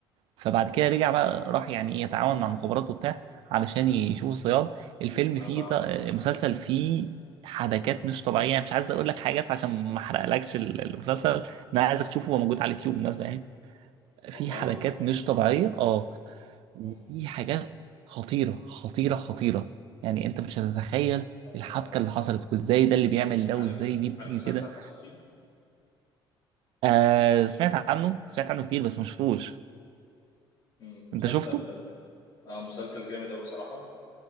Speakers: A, on the right; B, on the left.
A: فبعد كده رجع بقى راح يعني ايه يتعاون مع مخابرات وبتاع علشان يشوفوا الصياد الفيلم
B: شوف الصياد
A: فيه
B: ده عمل
A: ط-
B: ايه
A: مسلسل فيه حبكات مش طبيعيه يعني مش عايز اقول لك حاجات عشان ما احرقلكش ال- المسلسل انا عايزك تشوفه هو موجود على اليوتيوب بالمناسبه يعني في
B: والله
A: حبكات مش طبيعيه اه وفي
B: امم
A: حاجات خطيره خطيره خطيره يعني انت مش هتتخيل
B: طب
A: الحبكه
B: آه،
A: اللي
B: شفت
A: حصلت وازاي ده اللي بيعمل ده
B: عارف
A: وازاي دي بتيجي
B: عارف مسلسل
A: كده
B: حشاشين
A: آه سمعت عنه سمعت عنه كتير بس ما شفتوش
B: امم مسلسل
A: انت شفته
B: اه مسلسل جامد قوي بصراحه